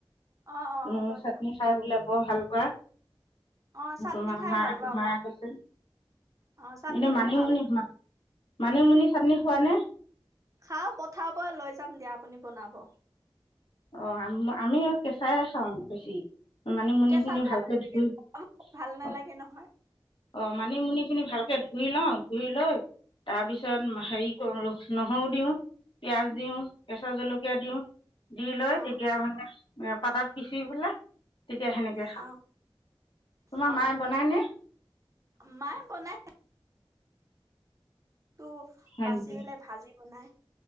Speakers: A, on the right; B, on the left.
A: অ অ
B: উম'
A: হ'ব
B: চাটনি
A: দিয়ক
B: খাই বোলে বৰ ভাল পোৱা?
A: অ চাটনি
B: তোমাৰ
A: খাই
B: মাই
A: ভাল পাওঁ
B: মাই
A: মই
B: কৈছে,
A: অ চাটনি
B: এনে
A: খাই
B: মানিমুনি
A: ভাল পাওঁ।
B: মানিমুনি চাটনি খোৱা নে।
A: খাওঁ পথাৰৰ পৰা লৈ যাম দিয়া, আপুনি বনাব।
B: অ আম আমি কেঁচাই খাওঁ বেছি। মানিমুনিখিনি
A: কেঁচাটোৱে
B: ভালকে
A: ভাল লাগে
B: ধুই
A: পকাবোৰ ভাল নালাগে
B: অ
A: নহয়
B: অ। মানিমুনি খিনি ভালকে ধুই লওঁ, ধুই লৈ তাৰ পিছত হেৰি কৰো নহৰু দিওঁ, পিয়াজ দিওঁ, কেঁচা জলকীয়া দিওঁ। দি লৈ
A: অ
B: তেতিয়া মানে পাতাত পিচি পেলাই, তেতিয়া সেনেকে খাওঁ।
A: অ
B: তোমাৰ
A: অ
B: মায়ে বনাই নে?
A: মায়ে বনাই। টো
B: হয়
A: বাচি
B: নেকি
A: গলে ভাজি বনাই।